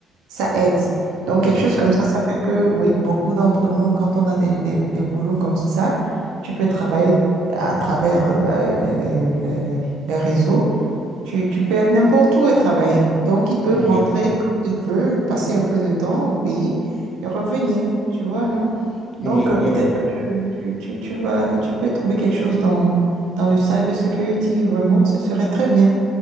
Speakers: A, on the right; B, on the left.
A: ça aide. Donc,
B: Complètement.
A: quelque chose comme ça, ça fait que, oui, beaucoup d'entre nous, quand on a des, des, des boulots comme ça, tu peux travailler à travers euh, euh, euh, les, les- les réseaux. Tu, tu peux être n'importe où et travailler. Donc, ils peuvent
B: Ouais,
A: rentrer quand ils veulent, passer un peu de temps au pays et revenir, tu vois, non? Donc,
B: ouais,
A: euh,
B: ouais,
A: peut-être
B: ouais, ouais.
A: que tu, tu, tu vas, tu peux trouver quelque chose dans, dans le cybersecurity remote, ce serait très bien.